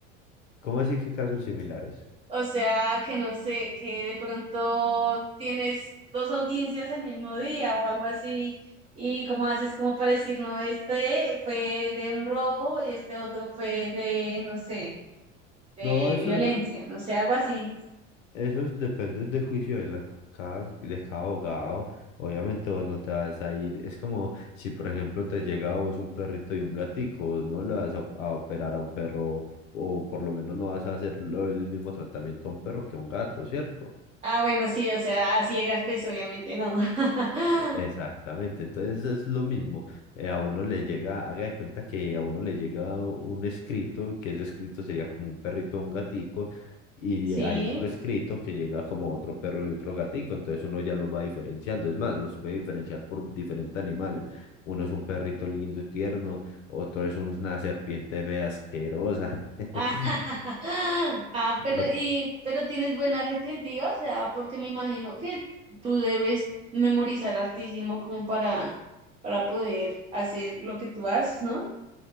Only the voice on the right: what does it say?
O sea, que no sé, que de pronto tienes dos audiencias el mismo día o algo así, y cómo haces como para decir, no, este fue de un robo y este otro fue de, no sé, de
violencia, no sé, algo así.
Ah, bueno, sí, o sea, a ciegas, pues obviamente no. <laughs>
Sí.
Ah, <laughs> ah, pero
y pero tienes buena retentiva, o sea, porque me imagino que tú debes memorizar hartísimo como para para poder hacer lo que tú haces, ¿no?